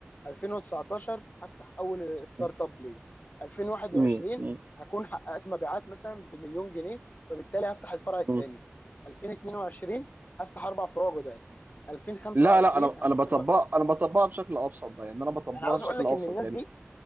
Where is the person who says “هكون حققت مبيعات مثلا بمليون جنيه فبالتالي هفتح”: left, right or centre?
Left